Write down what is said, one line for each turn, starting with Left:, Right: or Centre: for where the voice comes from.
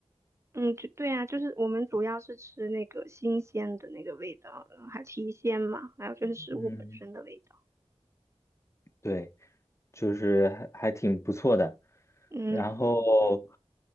Right: 嗯，就对啊，就是我们主要是吃那个新鲜的那个味道，嗯还提鲜嘛，还有就是食物本身的味道。
Left: <laughs> 嗯对，就是还还挺不错的。
Right: 嗯，
Left: 然后，